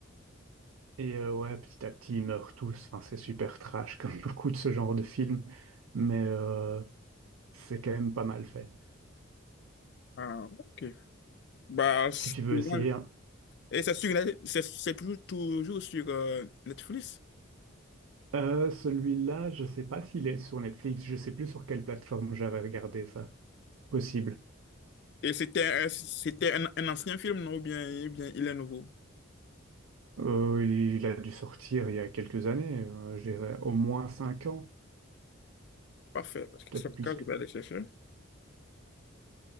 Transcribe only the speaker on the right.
Et euh, ouais, petit à petit, ils meurent tous. Enfin, c'est super trash <laughs> comme beaucoup de ce genre de films Mais euh, c'est quand même pas mal fait.
Si tu veux essayer,
Euh, celui-là, je sais pas s'il est sur Netflix, je sais plus sur quelle plateforme j'avais regardé ça. Possible.
Euh, il a dû sortir il y a quelques années, euh, je dirais au moins cinq ans,
peut-être
plus
que...